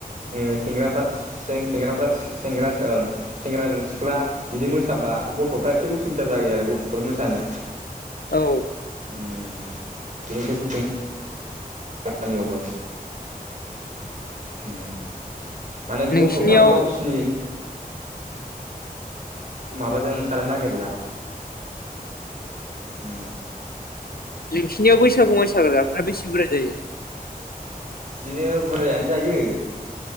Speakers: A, on the right (about 55°); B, on the left (about 75°).
A: ओम सिंग्राफा जों सेंग्राफ्रा सेंग्रा ओं सेंग्राजों सिख्ला बिदि मोसाबा गथ'फ्रा एसे उसुबिदा जायो आरो गथ'फोर मोसानो
B: औ
A: उम <unintelligible> गामियावबो उम माने
B: नोंसिनियाव
A: गथ'फ्राबो गावसिनि माबाजों ओंखारनो नागिरला उम
B: नोंसिनियाव बैसागु मैसाग्राफ्रा बेसे बुरजा जायो
A: बिदिनो बुरजायानो जायो